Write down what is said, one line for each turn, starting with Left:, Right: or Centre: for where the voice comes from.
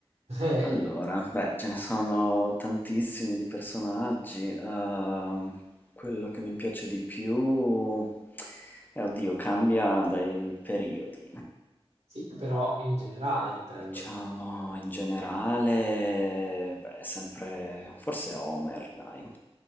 Right: <laughs> Eh,
Left: Allora, beh, ce ne sono tantissimi di personaggi. ehm, quello che mi piace di più, eh, oddio, cambia dai periodi.
Right: sì, però in generale intendo.
Left: Diciamo, in generale, beh, è sempre, forse Homer, dai.